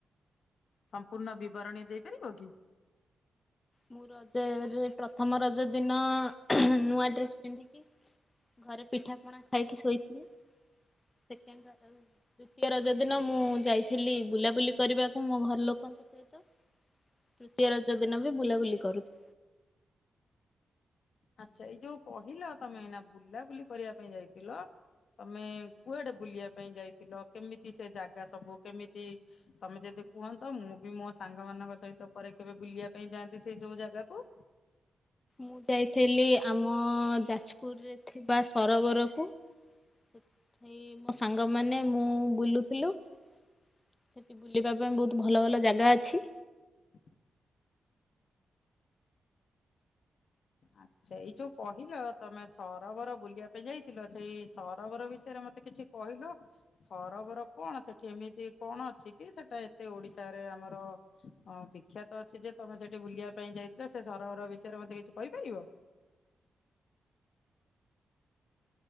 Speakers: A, on the left (about 70°); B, on the left (about 25°).
A: ସମ୍ପୂର୍ଣ୍ଣ ବିବରଣୀ ଦେଇପାରିବ କି?
B: ମୁଁ ରଜରେ ପ୍ରଥମ ରଜ ଦିନ ନୂଆ ଡ୍ରେସ ପିନ୍ଧିକି ଘରେ ପିଠାପଣା ଖାଇକି ଶୋଇଥିଲି। ସେକେଣ୍ଡ ରଜ ଆ ଦ୍ଵିତୀୟ ରଜ ଦିନ ମୁଁ ଯାଇଥିଲି ବୁଲାବୁଲି କରିବାକୁ ମୋ ଘର ଲୋକଙ୍କ ସହିତ।
A: <inaudible>
B: ତୃତୀୟ ରଜ ଦିନ ବି ବୁଲାବୁଲି କରୁଥି
A: ଆଚ୍ଛା ଏଇ ଯୋଉ କହିଲ ତମେ ନା ବୁଲାବୁଲି କରିବା ପାଇଁ ଯାଇଥିଲ ତମେ କୁଆଡେ ବୁଲିବା ପାଇଁ ଯାଇଥିଲ? କେମିତି ସେ ଜାଗା ସବୁ କେମିତି ତମେ ଯଦି। କୁହନ୍ତ ମୁଁ ବି ମୋ ସାଙ୍ଗ ମାନଙ୍କ ସହିତ ପରେ କେବେ ବୁଲିବା ପାଇଁ ଯାଆନ୍ତି ସେଇ ସବୁ ଜାଗାକୁ। <inaudible>
B: ମୁଁ ଯାଇଥିଲି ଆମ ଯାଜପୁରରେ ଥିବା ସରୋବରକୁ। ସେଠାଇ ମୋ ସାଙ୍ଗମାନେ ମୁଁ ବୁଲୁଥିଲୁ। ସେଠି ବୁଲିବା ପାଇଁ ବହୁତ ଭଲ ଭଲ ଜାଗା ଅଛି।
A: <inaudible> ଆଚ୍ଛା ଏଇ ଯୋଉ କହିଲ ତମେ ସରୋବର ବୁଲିବା ପାଇଁ ଯାଇଥିଲ ସେଇ ସରୋବର ବିଷୟରେ ମତେ କିଛି କହିଲ ସରୋବର କଣ ସେଠି ଏମିତି କଣ ଅଛି କି ସେଟା ଏତେ ଓଡିଶାରେ ଆମର ଅ ବିଖ୍ୟାତ ଅଛି ଯେ ତମେ ସେଠି ବୁଲିବା ପାଇଁ ଯାଇଥିଲ ସେ ସରହର ବିଷୟରେ ମତେ କିଛି କହିପାରିବ?